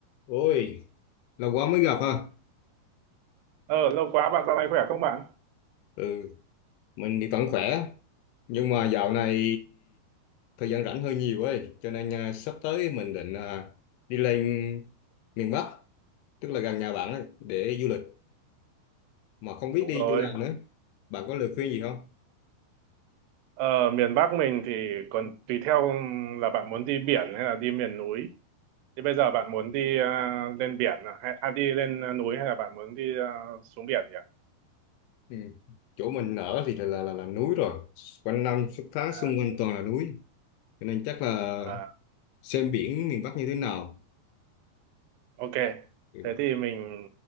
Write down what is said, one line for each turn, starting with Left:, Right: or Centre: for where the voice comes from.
Left: Ôi, lâu quá mới gặp ha.
Right: Ờ, lâu quá bạn dạo này khỏe không bạn?
Left: Ừ, mình thì vẫn khỏe, nhưng mà dạo này thời gian rảnh hơi nhiều ấy, cho nên à, sắp tới mình định à, đi lên miền Bắc, tức là gần nhà bạn ấy, để du lịch, mà không biết
Right: Đúng
Left: đi
Right: rồi.
Left: chỗ nào nữa. Bạn có lời khuyên gì không?
Right: Ờ, miền Bắc mình thì còn tùy theo là bạn muốn đi biển hay là đi miền núi. Thì bây giờ bạn muốn đi ờ, lên biển à? hay à, đi lên ờ, núi hay là bạn muốn đi ờ, xuống biển nhỉ?
Left: Ừ. Chỗ mình ở thì là, là là là núi rồi, quanh năm suốt tháng
Right: À,
Left: xung quanh toàn là núi, cho nên chắc là
Right: à,
Left: xem biển miền Bắc như thế nào.
Right: ok.
Left: Ừ.
Right: Thế thì mình